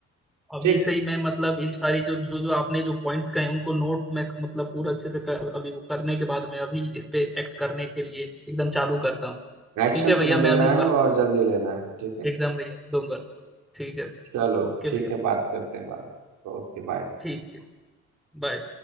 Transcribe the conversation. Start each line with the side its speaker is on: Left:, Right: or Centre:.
Centre: अभी
Right: ठीक
Centre: से ही मैं मतलब इन सारी जो जो जो आपने जो पॉइंट्स कहे उनको नोट में मतलब पूरा अच्छे से कर, अभी वो करने के बाद मैं अभी इस पे एक्ट करने के लिए एकदम चालू करता हूँ
Right: एक्शन
Centre: ठीक है भैया
Right: तुम्हें
Centre: मैं
Right: लेना
Centre: अभी
Right: है
Centre: बात
Right: और जल्दी लेना है ठीक है
Centre: एकदम भैया दूंगा ठीक है भैया
Right: चलो
Centre: ओके
Right: ठीक
Centre: भैया
Right: है बात करते हैं बाद में ओके बाय
Centre: ठीक है बाय